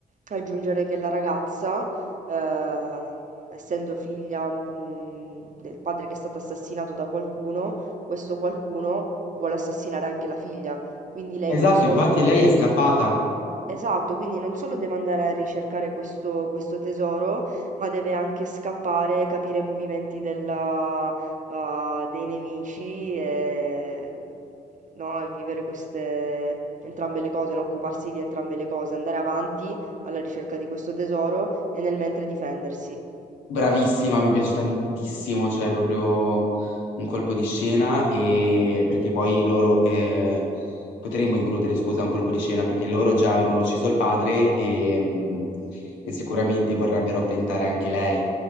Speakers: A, on the right; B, on the left.
A: aggiungere che la ragazza, ehm, essendo figlia, mh, del padre che è stato assassinato da qualcuno, questo qualcuno vuole assassinare anche la figlia, quindi lei
B: esatto,
A: non solo
B: infatti
A: deve...
B: lei è scappata.
A: Esatto, quindi non solo deve andare a ricercare questo, questo tesoro, ma deve anche scappare, capire i movimenti della- ah, dei nemici e, no, e vivere queste, entrambe le cose, non occuparsi di entrambe le cose, andare avanti alla ricerca di questo tesoro e nel mentre difendersi.
B: Bravissima, mi piace tantissimo, cioè è proprio un colpo di scena e perché poi loro eh, potremmo includere, scusa, un colpo di scena perché loro già avevano ucciso il padre e, mh, e sicuramente vorrebbero tentare anche lei.